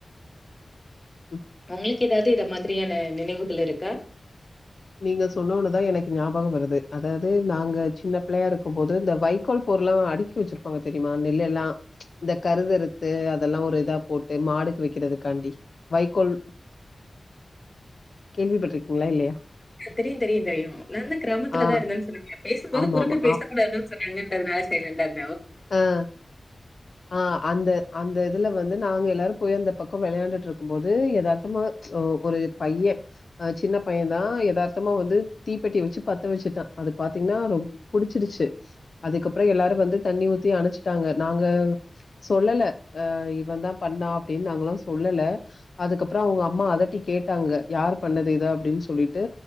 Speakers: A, on the left; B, on the left.
A: ம்.
B: உங்குளுக் எதாவுது இத மாதிரியான
A: இ-
B: நினைவுகள் இருக் அக்கா
A: நீங்க சொன்னனுதான் எனக்கு ஞாபகம் வருது அதாவது நாங்க சின்ன பிள்ளையா இருக்கும் போது இந்த வைக்கோல் போரு எல்லாம் அடுக்கி வச்சிருப்பாங்க தெரியுமா நெல்ல எல்லாம் இந்த கருதறுத்து அதெல்லாம் ஒரு இதா போட்டு மாடுக்கு வைக்கிறதுக்காண்டி வைக்கோல் கேள்விப்பட்டிருக்கீங்களா இல்லையா
B: தெரியும் தெரியும் தெரியும் நல்ல கிராமத்துலதான்
A: ஆ.
B: இருந்தன்னு சொன்னாங்க பேசும்போது
A: ஆமாமா.
B: குறுக்க பேசக்கூடாதுன்னு சொன்னாங்க னால சைலண்ட இருந்தேன்
A: ஆஹ் ஆஹ் அந்த அந்த அதுல வந்து நாங்க எல்லாரும் போய் அந்த பக்கம் விளையாண்டுட்டு இருக்கும் போது எதார்த்தமா ஒரு பையன்தான் சின்ன பையன் தான் எதார்த்தமா வந்து தீப்பெட்டி வச்சு பத்த வச்சுட்டான் அது பாத்தீங்கன்னா ரொம்பபுடிச்சிருச்சு அதுக்கப்பறம் எல்லாரும் வந்து தண்ணி ஊத்தி அணைச்சுட்டாங்க நாங்க சொல்லல அஹ இவன் தான் பண்ணா அப்படின்னு நாங்கல்லாம் சொல்லல அதுக்கப்பறம் அவங்க அம்மா அதட்டி கேட்டாங்க யாரு பண்ணது இத அப்படின்னு சொல்லிட்டு